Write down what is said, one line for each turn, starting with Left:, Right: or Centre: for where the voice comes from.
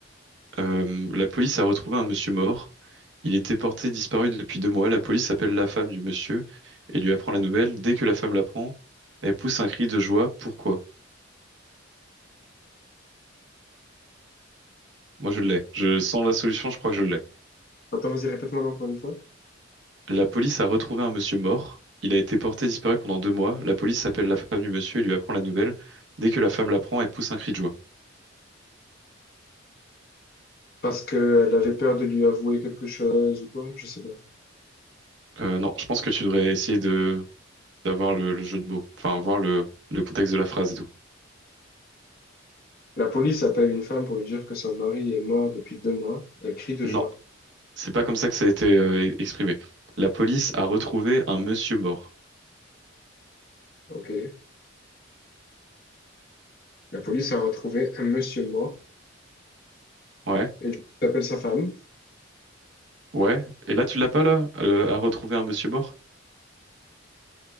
Right: Euh, la police a retrouvé un monsieur mort. Il était porté disparu depuis deux mois. La police appelle la femme du monsieur et lui apprend la nouvelle. Dès que la femme l'apprend, elle pousse un cri de joie. Pourquoi? Moi, je l'ai. Je sens la solution, je crois que je l'ai.
Left: Attends, vas-y, répète-moi là encore une fois.
Right: La police a retrouvé un monsieur mort. Il a été porté disparu pendant deux mois. La police appelle la femme du monsieur et lui apprend la nouvelle. Dès que la femme l'apprend, elle pousse un cri de joie.
Left: Parce qu'elle avait peur de lui avouer quelque chose ou quoi? Je sais pas.
Right: Euh, non, je pense que tu devrais essayer de d'avoir le, le jeu de mots. Enfin, voir le, le contexte de la phrase et tout.
Left: La police appelle une femme pour lui dire que son mari est mort depuis deux mois. Elle crie de
Right: Non.
Left: joie.
Right: C'est pas comme ça que ça a été euh, e- exprimé. La police a retrouvé un monsieur mort.
Left: Ok. La police a retrouvé un monsieur mort
Right: Ouais,
Left: et lui appelle sa femme.
Right: ouais. Et là, tu l'as pas là? Euh, a retrouvé un monsieur mort?